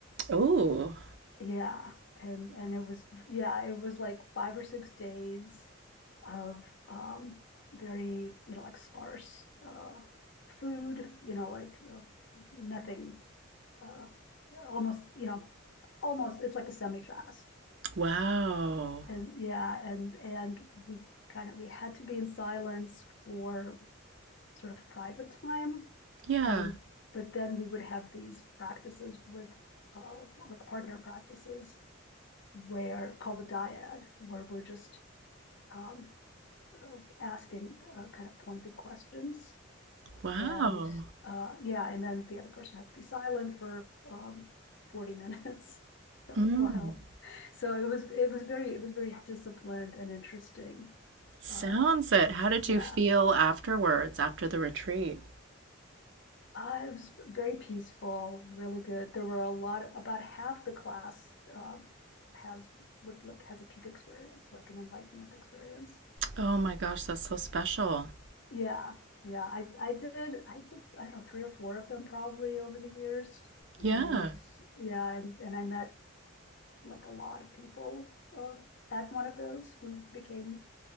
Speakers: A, on the right; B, on the left.
A: Oh,
B: Yeah, and and it was yeah, it was like five or six days of um, very you know like sparse uh, food, you know like you know, nothing, uh, almost you know almost it's like a semi fast
A: Wow.
B: And yeah, and and we kind of we had to be in silence for sort of private time,
A: Yeah.
B: and but then we would have these practices with uh, like partner practices where called the dyad, where we're just um, uh, asking uh, kind of pointed questions
A: Wow.
B: and, uh, yeah, and then the other person had to be silent for, um, forty minutes. <laughs>
A: Mm.
B: Wow. So it was, it was very, it was very disciplined and interesting.
A: Sounds
B: Um,
A: it. How did
B: yeah,
A: you feel afterwards, after the retreat?
B: uh, it was very peaceful, really good. There were a lot, of, about half the class, uh, has, would like, has a peak experience, like an enlightenment experience.
A: Oh my gosh, that's so special.
B: Yeah, yeah, I, I did, I did, I don't know, three or four of them probably over the years. And
A: Yeah.
B: yeah, and, and I met like a lot of people uh, had one of those who became